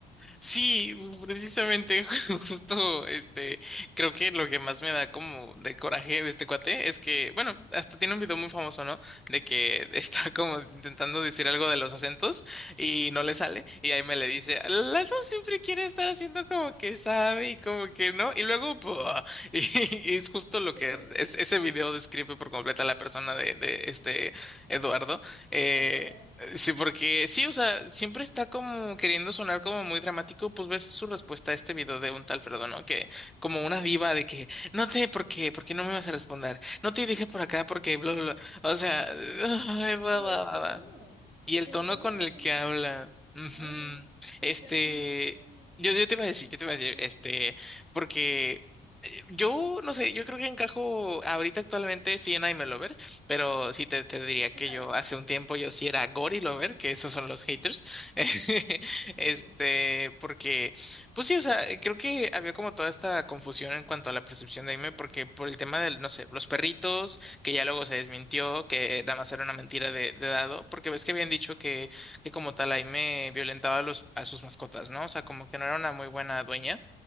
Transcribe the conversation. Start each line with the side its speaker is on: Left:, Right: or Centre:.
Centre: Sí, precisamente, <laughs> justo, este, creo que lo que más me da como de coraje de este cuate es que, bueno, hasta tiene un video muy famoso, ¿no? De que <laughs> está como intentando decir algo de los acentos y no
Right: <laughs>
Centre: le sale, y ahí me le dice, Lalo siempre quiere estar haciendo como que sabe y como que no, y luego, ¡pua! <laughs> y, y es justo lo
Right: Sí,
Centre: que es, ese video describe por completo a la persona de, de este Eduardo. eh,
Right: Eduardo.
Centre: eh, Sí, porque sí, o sea, siempre está como queriendo sonar como muy dramático, pues ves su respuesta a este video de un tal Fredo, ¿no? Que como una diva de que, no te, ¿por qué? ¿Por qué no me vas a responder? No te dije por acá porque, bla, bla, bla". O sea, <laughs> ay, bla,
Right: Y
Centre: bla,
Right: el
Centre: bla,
Right: tono,
Centre: bla. Y el
Right: el
Centre: tono
Right: tono
Centre: con
Right: hay
Centre: el
Right: como,
Centre: que habla. ujú.
Right: ay no. Y
Centre: Este,
Right: también este,
Centre: yo, yo te iba a decir, yo te iba a decir,
Right: Ajá,
Centre: este, porque eh, yo no sé, yo creo que encajo ahorita actualmente sí en I'm a Lover, pero sí te, te diría que
Right: ajá,
Centre: yo hace un tiempo yo sí era Gory Lover, que esos son los haters. <laughs>
Right: sí.
Centre: Este, porque, pues sí, o sea, creo que había como toda esta confusión en cuanto a la percepción de Aime, porque por el tema del, no sé, los perritos que ya luego se desmintió, que nada más era una mentira de, de dado, porque ves que habían dicho que, que como tal Aime violentaba a, los, a sus mascotas, ¿no? O sea, como que no era una muy buena dueña,